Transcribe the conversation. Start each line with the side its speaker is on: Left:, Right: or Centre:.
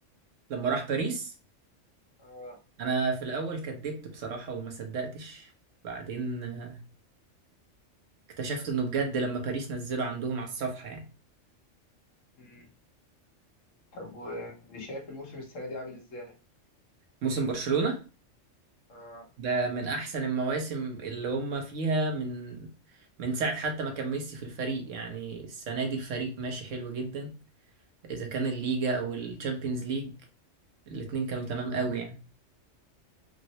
Right: لما راح باريس
Left: اه
Right: انا في الاول كدبت بصراحه وما صدقتش بعدين آه، اكتشفت انه بجد لما باريس نزله عندهم على الصفحه يعني
Left: مم. طب وشايف الموسم السنة دي عامل ازاي
Right: موسم برشلونه
Left: اه
Right: ده من احسن المواسم اللي هم فيها من من ساعه حتى ما كان ميسي في الفريق يعني السنه دي الفريق ماشي حلو جدا اذا كان الليجا او الشامبيونز ليج الاتنين كانوا
Left: مم.
Right: تمام قوي يعني